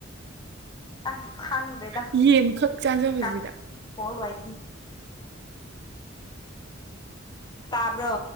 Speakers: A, on the left; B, on the right.
A: ꯑ ꯈꯪꯕꯦꯗꯥ
B: ꯌꯦꯟ ꯈꯛ ꯆꯥꯖꯕꯁꯤꯗ
A: ꯀꯥꯛ ꯍꯔ ꯋꯥꯏ ꯇꯥꯕ꯭ꯔꯣ